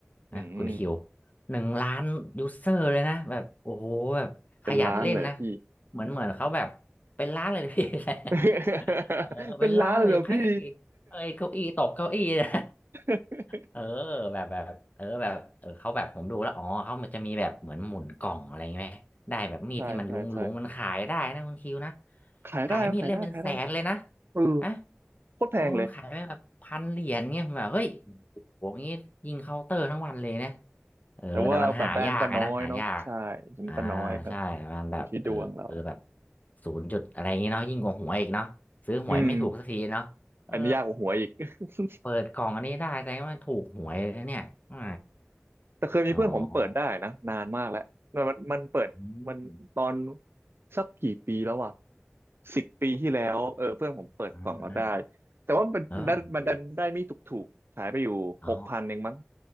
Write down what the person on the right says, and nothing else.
อืม
เป็นล้านเลยพี่
<laughs>
เป็นล้านเลยเหรอพี่
<laughs>
ใช่ใช่ใช่ ขายได้ขายได้ขายได้
เออ
โคตรแพงเลย
แต่ว่าโอกาสได้มันก็น้อยเนาะใช่มันก็น้อยครับ
อยู่ที่ดวงเรา
อืมอันนี้ยากกว่าหวยอีก <laughs>
แต่เคยมีเพื่อนผมเปิดได้นะนานมากแล้วมันมันมันเปิดมันตอน
สักกี่ปีแล้วอ่ะสิบปีที่แล้วเออเพื่อนผมเปิดกล่องเราได้
แต่ว่ามันมันได้มันดันได้ไม่ถูกถูกขายไปอยู่หกพันเองมั้ง